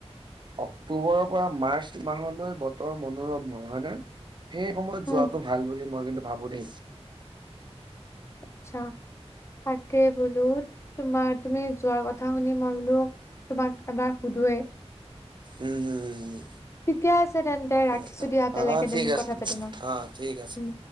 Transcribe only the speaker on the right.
অক্টোবৰৰ পৰা মাৰ্চ মাহলৈ বতৰ মনোৰম হয় হয়নে। সেই সময়ত
যোৱাতটো ভাল বুলি মই কিন্তু ভাবোঁ দে।
উম, উম, উম
উ।
অ',
ঠিক আছে,
অ', ঠিক আছে।